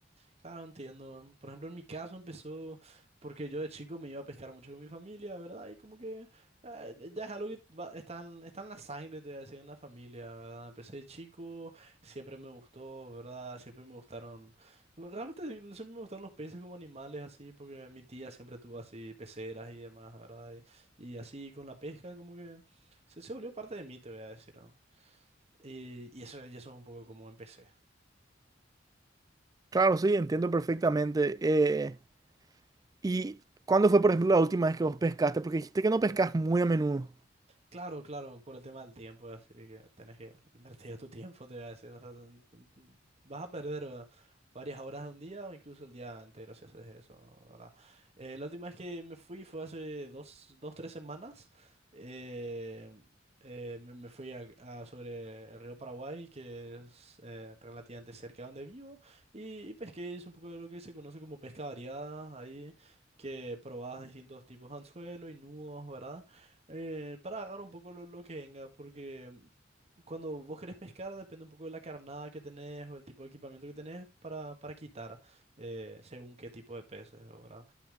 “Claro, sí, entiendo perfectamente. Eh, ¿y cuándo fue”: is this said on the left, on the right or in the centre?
Right